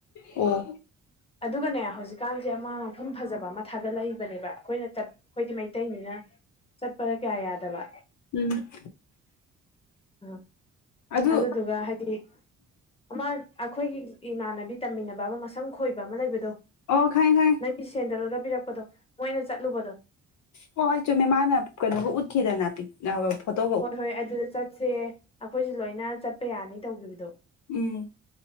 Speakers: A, on the left; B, on the left.
A: ꯑꯣ
B: ꯑꯗꯨꯒꯅꯦ ꯍꯧꯖꯤꯛꯀꯥꯟꯁꯦ ꯑꯃꯥ ꯃꯐꯝ ꯐꯖꯕ ꯑꯃ ꯊꯥꯒꯠꯂꯛꯏꯕꯅꯦꯕ ꯑꯩꯈꯣꯏꯅ ꯆꯠ ꯑꯩꯈꯣꯏꯗꯤ ꯃꯩꯇꯩꯅꯤꯅ ꯆꯠꯄꯗ ꯀꯌꯥ ꯌꯥꯗꯕ
A: ꯎꯝ
B: ꯑꯥ
A: ꯑꯗꯨ
B: ꯑꯗꯨꯗꯨꯒ ꯍꯥꯏꯗꯤ ꯑꯃꯥ ꯑꯩꯈꯣꯏꯒꯤ ꯏꯃꯥꯟꯅꯕꯤ ꯇꯝꯃꯤꯟꯅꯕ ꯑꯃꯥ ꯃꯁꯝ ꯈꯣꯏꯕ ꯑꯃꯥ ꯂꯩꯕꯗꯣ
A: ꯑꯣ ꯈꯪꯉꯦ ꯈꯪꯉꯦ
B: ꯅꯣꯏꯒꯤ ꯁꯦꯟꯗꯜꯒ ꯄꯤꯔꯛꯄꯗꯣ ꯃꯣꯏꯅ ꯆꯠꯂꯨꯕꯗꯣ
A: ꯍꯣ ꯍꯣꯏ ꯆꯨꯝꯃꯦ ꯃꯥꯅ ꯀꯩꯅꯣꯒ ꯎꯠꯈꯤꯗꯅ ꯄꯤ ꯑꯧ ꯐꯣꯇꯣ
B: ꯍꯣꯏ ꯍꯣꯏ ꯑꯗꯨꯗ ꯆꯠꯁꯦ ꯑꯩꯈꯣꯏꯁꯨ ꯂꯣꯏꯅ ꯆꯠꯄ ꯌꯥꯅꯤ ꯇꯧꯈꯤꯕꯗꯣ
A: ꯎꯝ